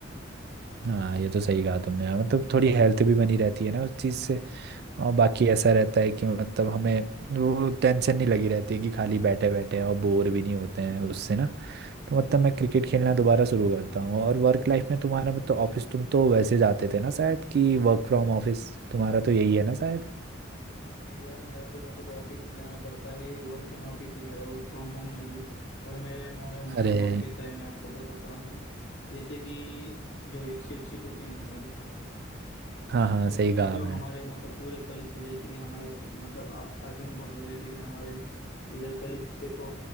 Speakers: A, on the right; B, on the left.
A: हाँ ये तो सही कहा तुमने हाँ, मतलब थोड़ी हेल्थ भी बनी रहती है ना उस चीज़ से और बाकी ऐसा रहता है कि मतलब हमें वो टेंशन नहीं लगी रहती है कि खाली बैठे बैठे हैं और बोर भी नहीं होते हैं उससे ना तो मतलब मैं क्रिकेट खेलना दोबारा शुरू करता हूँ और वर्क लाइफ में तुम्हारा मतलब तो ऑफिस तुम तो वैसे जाते थे ना शायद कि वर्क फ्रॉम ऑफिस तुम्हारा तो यही है ना शायद
B: नहीं यार मेरा तो मेरे को तो ऑफिस में जाना पड़ता है वर्किंग ऑफिस है मेरा वर्क फ्रॉम होम नहीं है पर मेरे मेरा मतलब
A: अरे
B: वर्क कैसा है मैं आपको बताता हूँ जैसे कि जो एक्सेल शीट होती है ना हमारी
A: हाँ हाँ
B: उसमें
A: सही कहा
B: जो
A: आपने
B: हमारे मतलब पूरे कलीग्स है जैसे कि हमारे मतलब आप अज्यूम कर लो जैसे कि हमारे इधर कलीग्स पे को